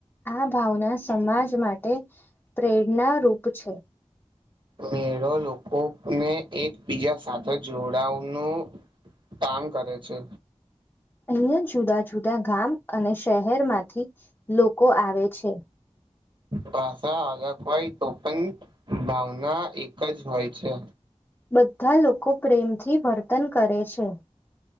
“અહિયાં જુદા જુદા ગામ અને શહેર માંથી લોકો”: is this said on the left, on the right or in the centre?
Left